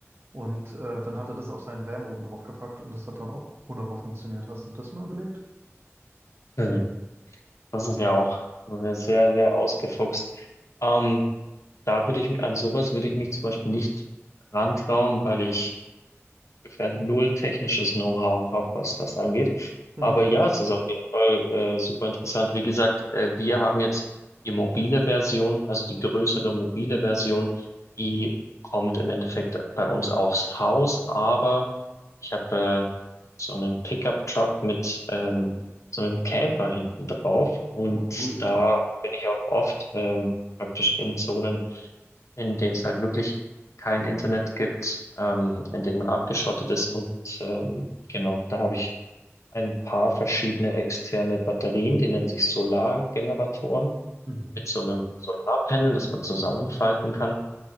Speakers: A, on the right; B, on the left.
A: Und äh, dann hat er das auf seinen Van oben drauf gepackt und das hat dann auch wunderbar funktioniert. Hast du das mal überlegt?
B: Mhm. Das ist ja auch sehr, sehr ausgefuchst. Ähm, da würde ich, mi- an sowas würde ich mich zum Beispiel nicht rantrauen, weil ich ungefähr null technisches Know-how habe, was das angeht.
A: <laughs>
B: Aber ja, es ist auf jeden Fall äh, super interessant. Wie gesagt, äh, wir haben jetzt die mobile Version, also die größere mobile Version, die kommt im Endeffekt bei uns aufs Haus, aber ich habe äh, so einen Pickup-Truck mit ähm, so einem Camper hinten drauf und
A: Na cool.
B: da bin ich auch oft ähm, praktisch in Zonen, in denen es halt wirklich kein Internet gibt, ähm, in denen man abgeschottet ist. Und ähm, genau, da habe ich ein paar verschiedene externe Batterien, die nennen sich Solargeneratoren,
A: Mhm.
B: mit so einem Solarpanel, das man zusammenfalten kann.